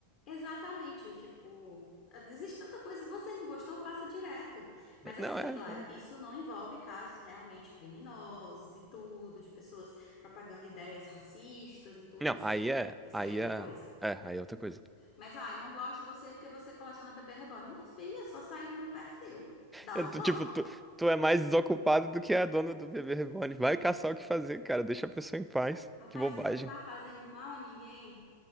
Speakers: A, on the left (about 45°); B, in the centre.
A: Exatamente, tipo, existe tanta coisa, se você não gostou, passa direto. Mas
B: É,
A: assim,
B: Não, é.
A: claro,
B: é-
A: isso não envolve casos realmente criminosos e tudo, de pessoas propagando ideias racistas e tudo,
B: Não,
A: enfim.
B: aí é.
A: Isso
B: Aí
A: aí é outra
B: é.
A: coisa.
B: É, aí é outra coisa.
A: Mas, ai, não gosto de você porque você coleciona bebê reborn. Minha filha, é só sair do meu perfil. Dá
B: É,
A: o
B: tu-
A: bloco.
B: tipo, tu, tu é mais desocupado do que a dona do bebê reborn. Vai caçar o que fazer, cara. Deixa a pessoa em paz.
A: Rapaz,
B: Que bobagem.
A: se não tá fazendo mal a ninguém,